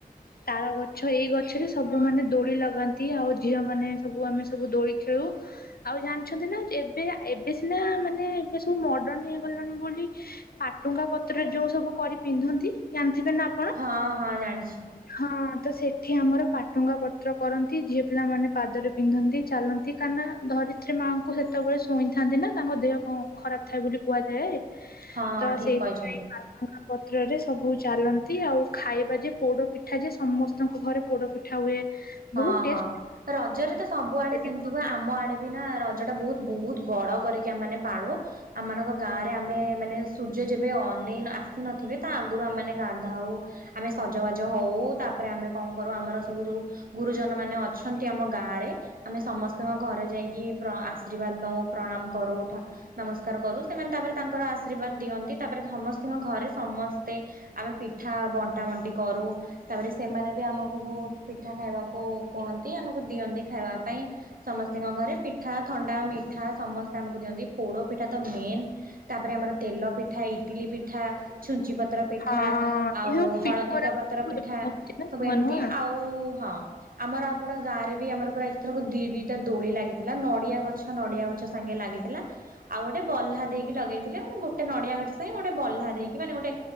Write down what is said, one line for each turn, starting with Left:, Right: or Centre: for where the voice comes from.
Left: ତାଳ ଗଛ, ଏଇ ଗଛରେ ସବୁମାନେ ଦୋଳି ଲଗାନ୍ତି। ଆଉ ଝିଅମାନେ ସବୁ ଆମେ ସବୁ ଦୋଳି ଖେଳୁ ଆଉ ଜାଣିଛନ୍ତି ନା ଏବେ ଏବେ ସିନା ମାନେ ଏବେ ସବୁ ମଡର୍ଣ ହେଇଗଲାଣି ବୋଲି ପାଟୁଙ୍ଗା ପତ୍ରରେ ଯୋଉ ସବୁ କରି ପିନ୍ଧନ୍ତି ଜାଣିଥିବେ ନା ଆପ
Right: ହଁ ହଁ ଜାଣିଛି
Left: ହଁ ତ ସେଠି ଆମର ପାଟୁଙ୍ଗା ପତ୍ର କରନ୍ତି ଝିଅ ପିଲାମାନେ ପାଦରେ ପିନ୍ଧନ୍ତି ଚାଲନ୍ତି କାହିଁ ନା ଧରିତ୍ରୀ ମାଆଙ୍କୁ ସେତେବେଳେ ଶୁଣିଥାନ୍ତି ନା ତାଙ୍କ ଦେହ କଣ ଖରାପ୍ ଥାଏ ବୋଲି କୁହାଯାଏ।
Right: ହଁ
Left: ତ
Right: ଠିକ
Left: ସେଇଥିପାଇଁ
Right: କହିଛନ୍ତି।
Left: ବା ପତ୍ରରେ ସବୁ ଚାଲନ୍ତି, ଆଉ ଖାଇବା ଯେ ପୋଡପିଠା ଯେ ସମସ୍ତ ସ୍ତଙ୍କ ଘରେ ପୋଡପିଠା ହୁଏ।
Right: ହଁ
Left: ବହୁତ ଟେଷ୍ଟ
Right: ହଁ, ରଜରେ
Left: ପିଠା
Right: ତ
Left: ଥାଏ।
Right: ସବୁ ଆଡେ ସେମିତି ହୁଏ। ଆମ ଆଡେ ବି ନା ରଜଟା ବୋହୁତ୍, ବୋହୁତ୍ ବଡ କରିକି ଆମେମାନେ ପାଳୁ। ଆମମାନଙ୍କ ଗାଁରେ ଆମେ, ମାନେ ସୂର୍ଯ୍ୟ ଯେବେ ଅନେଇନା ଆ ଆସି ନଥିବେ, ତା ଆଗରୁ ଆମମାନେ ଗାଧାଉ। ଆମେ ସଜବାଜ ହୋଉ, ତାପରେ ଆମେ କଣ କରୁ ଆମର ସବୁ ଯୋଉ ଗୁରୁଜନମାନେ ଅଛନ୍ତି ଆମ ଗାଁରେ, ଆମେ ସମସ୍ତଙ୍କ ଘରେ ଯାଇକି ପ୍ର ଆର୍ଶୀ ବାଦ ନୋଉ, ପ୍ରଣାମ କରୁ, ଉଠା ନମସ୍କାର କରୁ ସେମାନେ ତାପରେ ତାଙ୍କର ଆଶୀର୍ବାଦ ଦିଅନ୍ତି। ତାପରେ ସମସ୍ତଙ୍କ ଘରେ ସମ ମତେ ଆମେ ପିଠା ବଣ୍ଟା ବଣ୍ଟି କରୁ। ତାପରେ ସେମାନେ ବି ଆମକୁ ବୋହୁତ୍ ପିଠା ଖାଇବାକୁ କୁହନ୍ତି ଆମକୁ ଦିଅନ୍ତି ଖାଇବା ପାଇଁ। ସମସ୍ତଙ୍କ ଘରେ ପିଠା, ଥଣ୍ଡା, ମିଠା, ସମ ସେ ଆମକୁ ଦିଅନ୍ତି, ପୋଡପିଠା ତ ମେନ୍, ତାପରେ ଆମର ତେଲ ପିଠା, ଇଟିଲି ପିଠା ଛୁଞ୍ଚି ପତ୍ର ପିଠା,
Left: ହଁ
Right: ଆଉ
Left: ଏ ଯୋଉ
Right: ହଳଦୀ
Left: ପିଠରା
Right: ତ
Left: ସବୁ
Right: ପତ୍ର ପିଠା,
Left: ଏବେ ପଡୁଛି ନା
Right: ସବୁ
Left: ନୂଆ
Right: ଏମିତି
Left: ନୂଆ।
Right: ଆଉ ହଁ ଆମର ଆପଣ ଗାଁରେ ବି ଆମର ପୁରା ଏଥରକ ଦି ଦିଟା ଦୋଳି ଲାଗିଥିଲା। ନଡିଆ ଗଛ, ନଡିଆ ଗଛ ସାଙ୍ଗେ ଲାଗିଥିଲା। ଆଉ ଗୋଟେ ବଲ୍ଲା ଦେଇକି ଲଗେଇଥିଲେ। ମାନେ ଗୋଟେ ନଡିଆ ଗଛ ସାଙ୍ଗେ ଗୋଟେ ବହ୍ଲା ଦେଇକି ମାନେ ଗୋଟେ